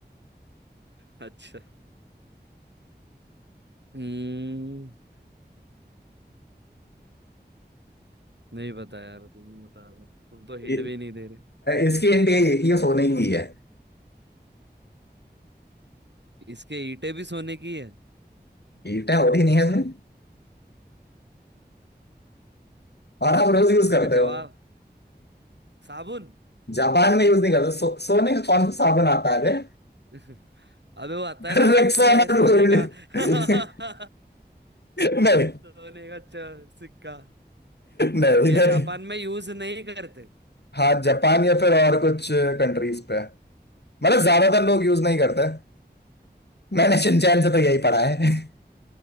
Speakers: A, on the right (about 80°); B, on the left (about 70°).
A: अच्छा हम्म नहीं बता यार तुम ही बता दो तुम तो हिंट
B: इ-
A: भी नहीं दे रहे
B: इसकी हिंट यही है कि ये सोने की है
A: इसके ईंटें भी सोने की है
B: ईंटें होती नहीं है इसमें और आप रोज यूज
A: इसका
B: करते
A: जवाब
B: हो
A: साबुन
B: जापान
A: नहीं
B: में यूज नहीं करते सो, सोने का कौन सा साबुन आता है रे
A: <laughs> अबे वो आता
B: <laughs>
A: है ना
B: रेक्साना
A: लक्स में सोने
B: गोल्ड
A: का <laughs>
B: <laughs> नहीं
A: सोने का च- सिक्का
B: नहीं
A: ये
B: नहीं
A: जापान में यूज नहीं करते
B: हाँ जापान या फिर और कुछ कंट्रीज पे मतलब ज्यादातर लोग यूज नहीं करते मैंने शिनचैन से तो यही पढ़ा है <laughs>